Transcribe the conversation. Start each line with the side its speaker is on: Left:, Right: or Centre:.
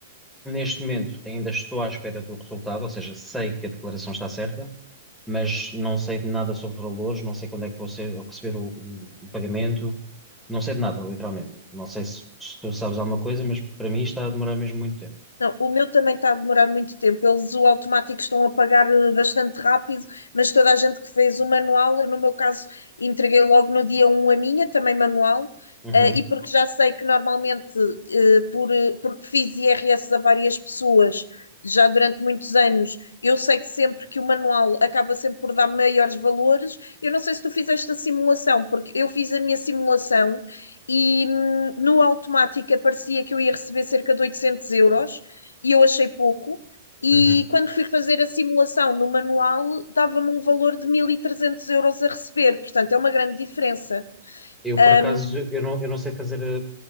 Centre: Neste momento, ainda estou à espera do resultado, ou seja, sei que a declaração está certa, mas não sei de nada sobre valores, não sei quando é que vou ser- receber o, o- o pagamento, não sei de nada, literalmente. Não sei se, se tu sabes alguma coisa, mas para mim está a demorar mesmo muito tempo.
Left: Não, o meu também está a demorar muito tempo. Eles o automático estão a pagar eh, bastante rápido, mas toda a gente que fez o manual, eu, no meu caso, entreguei logo no dia um a minha, também manual,
Centre: Uhum,
Left: eh, e porque já sei que normalmente, eh, por, eh, porque fiz IRS a várias pessoas já durante muitos anos, eu sei que sempre que o manual acaba sempre por dar maiores valores. Eu não sei se tu fizeste a simulação, porque eu fiz a minha simulação e hum, no automático aparecia que eu ia receber cerca de 800 euros e eu achei pouco. E
Centre: uhum.
Left: quando fui fazer a simulação no manual, dava-me um valor de 1.300 euros a receber, portanto é uma grande diferença.
Centre: Eu,
Left: Ahm,
Centre: por acaso, eu não, eu não sei fazer, eh,